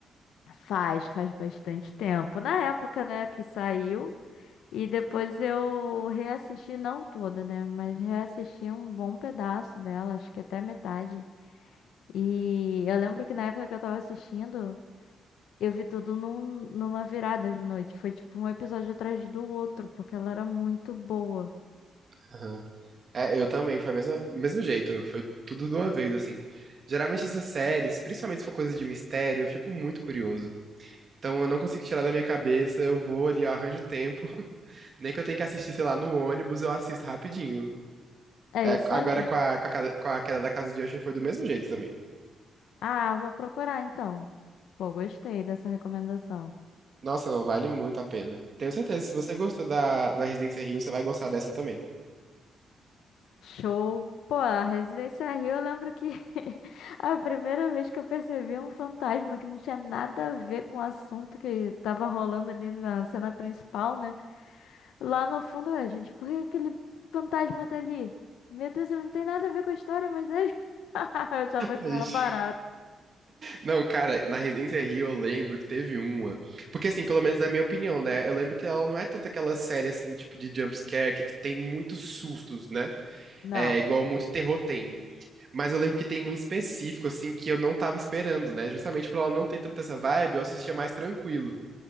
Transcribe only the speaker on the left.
Faz, faz bastante tempo. Na época, né, que saiu. E depois eu reassisti, não toda, né? Mas reassisti um bom pedaço dela, acho que até metade. E eu lembro que na época que eu tava assistindo. Eu vi tudo num- numa virada de noite. Foi tipo um episódio atrás do outro, porque ela era muito boa.
É
isso
aí.
Ah, vou procurar então. Pô, gostei dessa recomendação.
Show. Pô, a Residência Rio, eu lembro que <laughs> a primeira vez que eu percebi um fantasma que não tinha nada a ver com o assunto que tava rolando ali na cena principal, né? Lá no fundo, ué, gente, por que aquele fantasma tá ali? Meu Deus, ele não tem nada a ver com a história, mas ele. <laughs> Eu achava isso
uma barata.
Não.